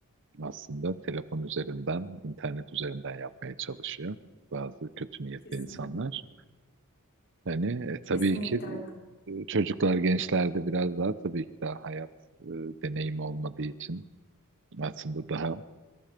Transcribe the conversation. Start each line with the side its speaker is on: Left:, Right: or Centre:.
Right: aslında telefon üzerinden, internet üzerinden yapmaya çalışıyor bazı kötü niyetli
Left: kesinlikle,
Right: insanlar. Hani e, tabii
Left: kesinlikle
Right: ki
Left: öyle
Right: e, çocuklar, gençlerde biraz daha tabii ki daha hayat e, deneyimi olmadığı için aslında daha